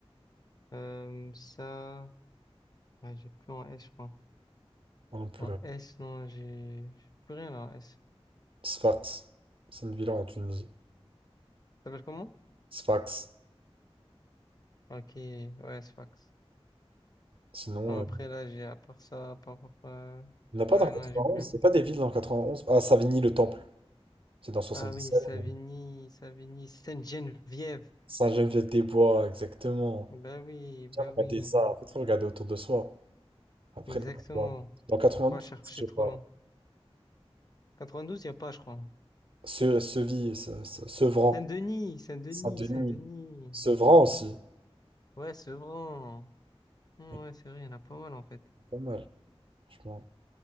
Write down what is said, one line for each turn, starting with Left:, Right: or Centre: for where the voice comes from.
Left: Euh, ça, ouais, j'ai plus en S, je crois.
Right: on en peut
Left: En
Right: là.
Left: S, non, j'ai j'ai plus rien là en S.
Right: Sfax, c'est une ville en Tunisie.
Left: Ça s'appelle comment?
Right: Sfax.
Left: Ok, ouais, Sfax.
Right: Sinon,
Left: Non,
Right: euh,
Left: après, là, j'ai, à part ça, à part, euh,
Right: il n'y en a pas
Left: ouais,
Right: dans le 91.
Left: non, j'ai plus. rien.
Right: Il n'y a pas des villes dans le 91. Ah, Savigny-le-Temple, c'est dans 77.
Left: Ah oui, Savigny,
Right: mais-
Left: Savigny, Sainte-Geneviève.
Right: Saint-Geneviève-des-Bois, exactement.
Left: Bah oui, bah
Right: Tiens, regardez
Left: oui,
Right: ça. En fait, faut regarder autour de soi. Après,
Left: exactement.
Right: dans 92, dans 92,
Left: Pas chercher
Right: je sais
Left: trop
Right: pas.
Left: long. 92, il n'y a pas, je crois.
Right: Se, Seville, Se- Se- Sevran,
Left: Saint-Denis, Saint-Denis,
Right: Saint-Denis,
Left: Saint-Denis.
Right: Sevran aussi.
Left: Ouais, Sevran. Hmm,
Right: Il y en
Left: Ouais, c'est vrai, il y en a pas mal en fait.
Right: a Pas mal, franchement.